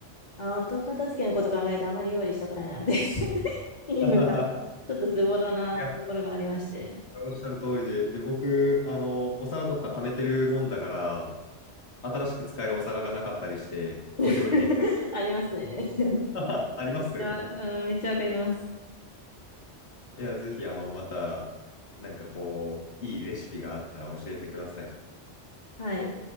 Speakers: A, on the left (about 35°); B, on the left (about 60°).
A: あ、後片付けのこと考えてあまり料理したくないなって <laughs> いうのが、
B: <laughs>
A: ちょっとズボラなところがありまして。
B: いや、おっしゃる通りで、で、僕、あの、お皿とか貯めてるもんだから、新しく使えるお皿がなかったりして、
A: <laughs>
B: 料理できない。
A: ありますね。<laughs>
B: <laughs> あります
A: めっちゃ、うん、めっちゃわかります。
B: いや、ぜひ、あの、また、なんかこう、いいレシピがあったら教えてください。
A: はい。